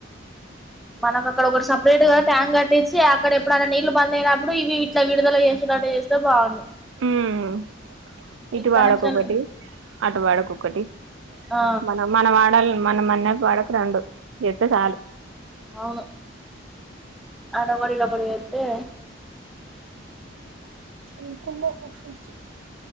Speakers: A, in the centre; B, on the right.
A: మనకు అక్కడ ఒక సపరేట్ గా ట్యాంక్ కట్టించి అక్కడ ఎప్పుడైన నీళ్లు బంద్ అయినప్పుడు ఇవి ఇట్ల విడుదల చేసేనట్టు చేస్ స్తే బాగుండు
B: ఉమ్
A: వీటి
B: ఇటు వాడకొకటి
A: కనెక్షన్
B: అటు వాడకొక్కటి
A: ఆ
B: మనం మనం వాడాల్ మనం మన్న వాడక రెండు ఇస్తే సాలు
A: అవును ఆటోకటి ఇటొకటి జెతే
B: ఎమ్ కూర అసలు